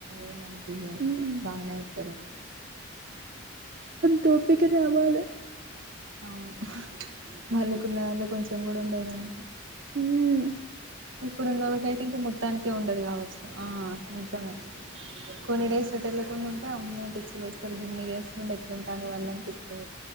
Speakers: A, on the right; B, on the right.
A: ఏమనిపోయదో
B: ఉమ్
A: బానే ఉట్టరు
B: అంత ఓపిక రావాల
A: అవును వాళ్ళకున్న దాంలో కొంచెం కూడా ఉండది మనకు
B: హుమ్
A: ఇప్పుడు ఉన్నోలకైతే ఇంకా మొత్తానికే ఉండదు కావచ్చు ఆ నిజమే కొన్ని డేస్ ఎటు ఏళ్ళకుండా ఉంటే అమ్మో పిచ్చి లేస్తది గిన్ని ఇయర్స్ ఎట్లుంటారు వాళ్ళు అనిపిస్తంది